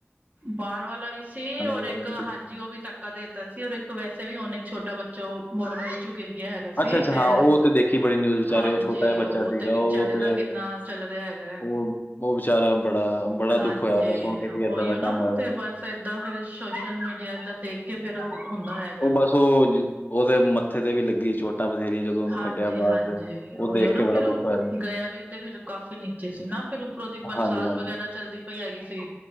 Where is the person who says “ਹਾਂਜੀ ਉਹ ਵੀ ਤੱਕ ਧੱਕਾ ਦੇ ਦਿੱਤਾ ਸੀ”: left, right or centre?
Right